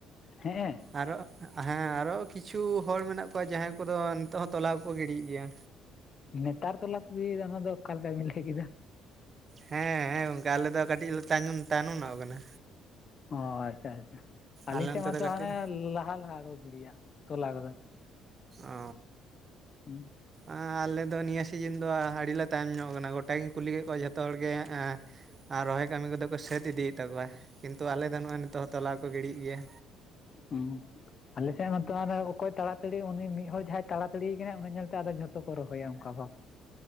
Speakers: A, on the left (about 40°); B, on the right (about 40°).
A: ᱦᱮᱸᱜ-ᱮ᱾
B: ᱟᱨᱚ ᱦᱮᱸ ᱟᱨᱚ ᱠᱤᱪᱷᱩ ᱦᱚᱲ ᱢᱮᱱᱟᱜ ᱠᱚᱣᱟ ᱡᱟᱦᱟᱸᱭ ᱠᱚᱫᱚ ᱱᱤᱛᱚᱜ ᱦᱚᱸ ᱛᱚᱞᱟ ᱠᱚᱠᱚ ᱜᱤᱰᱤᱭᱮᱫ ᱜᱮᱭᱟ᱾
A: ᱱᱮᱛᱟᱨ ᱛᱚᱞᱟ ᱠᱚ ᱜᱤᱲᱤᱭᱮᱫᱟ ᱚᱱᱟ ᱫᱚ ᱚᱠᱟᱞ ᱞᱮᱠᱟ ᱵᱤᱱ ᱞᱟᱹᱭ ᱠᱮᱫᱟ᱾
B: ᱦᱮᱸ ᱦᱮᱸ ᱜᱚᱝᱠᱮ ᱟᱞᱮ ᱫᱚ ᱠᱟᱹᱴᱤᱡ ᱞᱮ ᱛᱟᱭᱱᱚᱢ ᱛᱟᱭᱱᱚᱢ ᱧᱚᱜ ᱠᱟᱱᱟ᱾
A: ᱚ ᱟᱪᱪᱷᱟ ᱟᱪᱪᱷᱟ ᱟᱹᱞᱤᱧ
B: ᱟᱞᱮ
A: ᱥᱮᱫ
B: ᱚᱱᱛᱮ
A: ᱢᱟᱛᱚ
B: ᱫᱚ ᱠᱟᱹᱴᱤᱡ
A: ᱦᱟᱱᱮ ᱞᱟᱦᱟ ᱞᱟᱦᱟ ᱠᱚ ᱜᱤᱰᱤᱭᱟ, ᱛᱚᱞᱟ ᱠᱚᱫᱚ᱾
B: ᱚ᱾
A: ᱦᱩᱸ
B: ᱟᱸ ᱟᱞᱮ ᱫᱚ ᱱᱤᱭᱟᱹ ᱥᱤᱡᱤᱱ ᱫᱚ ᱟᱹᱰᱤ ᱞᱮ ᱛᱟᱭᱚᱢ ᱧᱚᱜ ᱠᱟᱱᱟ᱾ ᱜᱳᱴᱟ ᱜᱤᱧ ᱠᱩᱞᱤ ᱠᱮᱫ ᱠᱚᱣᱟ ᱡᱷᱚᱛᱚ ᱦᱚᱲ ᱜᱮ ᱮᱸ ᱟᱨ ᱨᱚᱦᱚᱭ ᱠᱟᱹᱢᱤ ᱠᱚᱫᱚ ᱠᱚ ᱥᱟᱹᱛ ᱤᱫᱤᱭᱮᱫ ᱛᱟᱠᱚᱣᱟ ᱠᱤᱱᱛᱩ ᱟᱞᱮ ᱫᱚ ᱱᱚᱜ-ᱚᱭ ᱱᱤᱛᱚᱜ ᱦᱚᱸ ᱛᱚᱞᱟ ᱠᱚ ᱜᱤᱲᱤᱭᱮᱜ ᱜᱮᱭᱟ᱾
A: ᱦᱮᱸ᱾ ᱟᱞᱮ ᱥᱮᱜ ᱢᱟᱛᱚ ᱚᱠᱚᱭ ᱛᱟᱲᱟᱛᱟᱹᱲᱤ ᱩᱱᱤ ᱢᱤᱜ ᱦᱚᱲ ᱡᱟᱦᱟᱸᱭ ᱛᱟᱲᱟᱛᱟᱹᱲᱤᱭ ᱟᱠᱟᱱᱟᱭ ᱩᱱᱤ ᱧᱮᱞᱛᱮ ᱟᱫᱚ ᱡᱷᱚᱛᱚ ᱠᱚ ᱨᱚᱦᱚᱭᱟ ᱚᱱᱠᱟ ᱵᱷᱟᱜ᱾